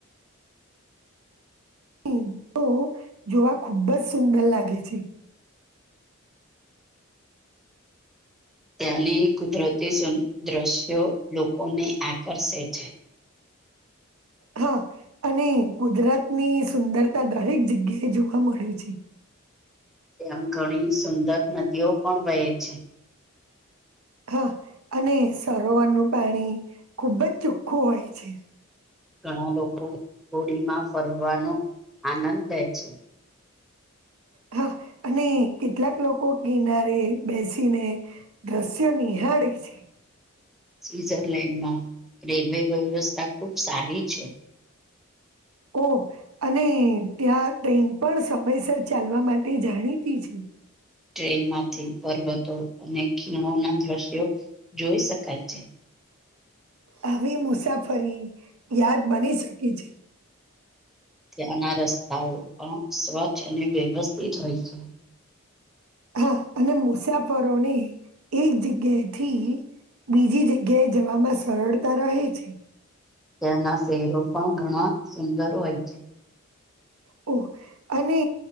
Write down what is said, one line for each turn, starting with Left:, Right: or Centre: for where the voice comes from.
Right: હમ તો જોવા ખુબ જ સુંદર લાગે છે.
Centre: ત્યાની કુદરતી સન દૃશ્યો લોકોને આકર્ષે છે.
Right: હા અને ગુજરાતની સુંદરતા દરેક જગ્યાએ જોવા મળે છે.
Centre: તેમમ ઘણી સુંદર નદીઓ પણ વહે છે.
Right: હા અને સરોવરનું પાણી ખૂબ જ ચોખ્ખું હોય છે.
Centre: ઘણા લોકો હોડી માં ફરવાનો આનંદ લે છે.
Right: હા અને કેટલાક લોકો કિનારે બેસીને દ્રશ્યની નિહાળી છે.
Centre: સ્વિઝરલેન્ડમાં રેલવે વ્યવસ્થા ખૂબ સારી છે.
Right: ઓ અને ત્યાં ટ્રેન પણ સમયસર ચાલવા માટે જાણીતી છે.
Centre: ટ્રેન માંથી પર્વતો અને ખીણો ના દ્રશ્યો જોઈ શકાય છે.
Right: આવી મુસાફરી યાદ બની શકે છે.
Centre: ત્યાંના રસ્તાઓ પણ સ્વચ્છ અને વ્યવસ્થિત હોય છે.
Right: હા અને મુસાફરોને એક જગ્યા થી બીજી જગ્યાએ જવામાં સરળતા રહે છે.
Centre: તેના શહેરો પણ ઘણા સુંદર હોય છે.
Right: ઓ અને